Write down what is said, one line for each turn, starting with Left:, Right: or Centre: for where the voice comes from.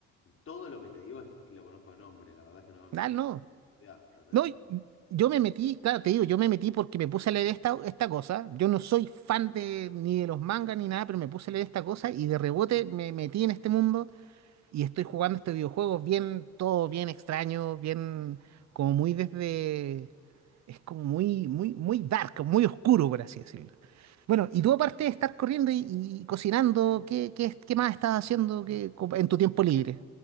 Left: Todo lo que te digo es que lo conozco de nombre. La verdad es que no, no
Right: Ah,
Left: lo conozco.
Right: no.
Left: Ya, ¿entendés?
Right: No, y- yo me metí, claro, te digo, yo me metí porque me puse a leer esta, esta cosa. Yo no soy fan de ni de los mangas ni nada, pero me puse a leer esta cosa y de rebote me metí en este mundo y estoy jugando estos videojuegos bien, todo bien extraño, bien, como muy desde. Es como muy, muy, muy dark, muy oscuro, por así decirlo. Bueno, y tú aparte de estar corriendo y, y cocinando, ¿qué, qué, qué más estás haciendo que, en tu tiempo libre?